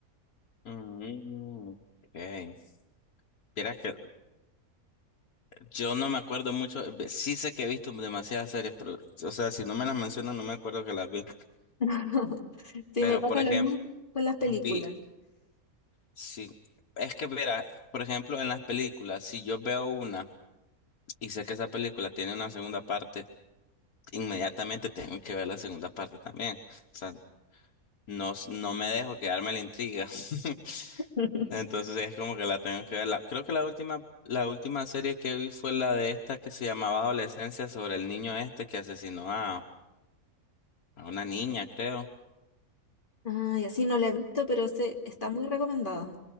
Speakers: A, on the left; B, on the left.
A: Mm, ok. Vieras que yo no me acuerdo mucho. ve- Sí sé que he visto demasiadas series, pero... O sea, si no me las mencionan, no me acuerdo que las vi.
B: <laughs> Sí,
A: Pero,
B: me pasa
A: por ejemplo,
B: lo mismo con las películas.
A: vi... Sí. Es que, mira, por ejemplo, en las películas, si yo veo una y sé que esa película tiene una segunda parte, inmediatamente tengo que ver la segunda parte también. o sea no, s- no me dejo quedarme la intriga. <laughs>
B: <laughs>
A: Entonces es como que la tengo que ver. La- creo que la última, la última serie que vi fue la de esta que se llamaba Adolescencia sobre el niño este que asesinó a, a una niña, creo.
B: Ah, y así no la he visto, pero sé, está muy recomendada.